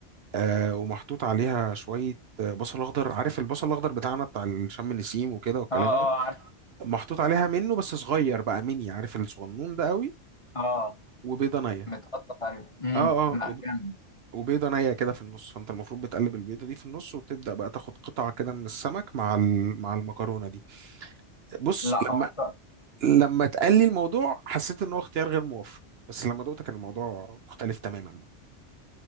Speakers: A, on the right (about 60°); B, on the left (about 30°).
A: آه ومحطوط عليها شويه آه، بصل اخضر عارف البصل الاخضر بتاعنا بتاع الشم نسيم وكده والكلام
B: اه اه
A: ده
B: عارف
A: محطوط عليها منه بس صغير بقى ميني عارف الصغنون ده قوي
B: اه
A: وبيضه نيه
B: متقطع تقريبا امم
A: اه
B: لا
A: اه وب...
B: جامد
A: وبيضه نيه كده في النص فانت المفروض بتقلب البيضه دي في النص وتبدا بقى تاخد قطعه كده من السمك مع ال... مع المكرونه دي بص
B: لا
A: لما
B: هو
A: لما اتقال لي الموضوع حسيت ان هو اختيار غير موفق بس لما دقت كان الموضوع مختلف تماما بقى